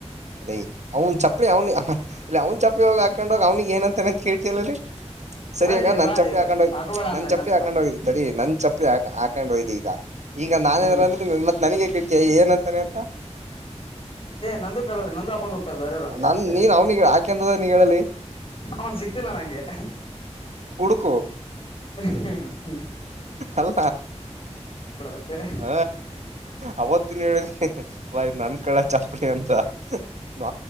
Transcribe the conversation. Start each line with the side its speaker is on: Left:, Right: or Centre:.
Right: ಅದೈ ಅವ್ನ್ ಚಪ್ಪಲಿ ಅವ್ನ ಇಲ್ಲ ಅವ್ನ್ ಚಪ್ಪಲಿ ಹೋಗಿ ಹಾಕೊಂಡೋಗ ಅವ್ನಿಿಗೆ ಏನಂತಾನ ಕೇಳಿ ಸರಿಯಗ
Left: ಅಲ್ಲಿ
Right: ನನ್
Left: ಬಾ
Right: ಚಪ್ಪಿ ಹಾಕೊಂಡ್ ಹೋಗ
Left: ಹಾಕೋಬೇಡ
Right: ನನ್
Left: ಅಂತ ಇನ್ನೊಂದ್ಸಲ
Right: ಚಪ್ಪಲಿ ಹಾಕೊಂಡ್ ಹೋಗಿದ್ದ ಸರಿ ನನ್ ಚಪ್ಪಿ ಹಾಕೊಂಡ್ ಹಯ್ದು ಈಗ ಈಗ ನಾನಾರಂದ್ರೆ
Left: ಹ್ಮ್
Right: ಮತ್ ನನಗೆ ಕೆಟ್ಟ ಏನಂತಾನೆ ಅಂತ
Left: ನಂದು ಕೇಳದ ನಂದು ಹಾಕೊಂಡ್ ಹೋಗ್ತಾರೆ ಬೇರೆಯವ್ ಅಂತನಿ
Right: ನನ್
Left: ಅಷ್ಟೇ
Right: ನೀನ್ ಅವ್ನಿಗೆ ಹಾಕ್ಯಂದದ ನೀ ಹೇಳಲಿ
Left: ಅವನ್ ಸಿಕ್ತಿಲ್ಲ ನಂಗೆ
Right: ಹ
Left: ಹ್ಮ್ ಹ್ಮ್
Right: ಅಲ್ಲ
Left: ಅಷ್ಟೇ
Right: ಹ ಅವತ್ತಿನ ಹೇಳಿದಿ ್ ನನ್ ಕಡೆ ಚಾಪಡಿ ಅಂತ ನ